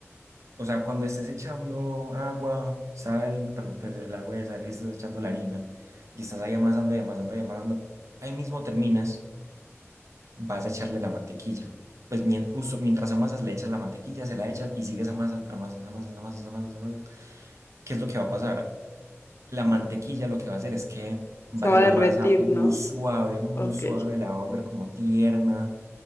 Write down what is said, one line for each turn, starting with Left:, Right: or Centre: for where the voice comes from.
Right: o sea, cuando estés echando agua, sal, perdón, pues el agua de sal y estés echando la harina y estás ahí amasando y amasando y amasando, ahí mismo terminas, vas a echarle la mantequilla. Pues mien- justo mientras amasas, le echas la mantequilla, se la echas y sigues amasando, amasas, amasas, amasas, amasas, amasas. ¿Qué es lo que va a pasar? La mantequilla lo que va a hacer es que va
Left: Se
Right: a
Left: va
Right: ser la
Left: a derretir,
Right: masa muy
Left: ¿no?
Right: suave, muy
Left: Ok.
Right: suave, la va a volver como tierna,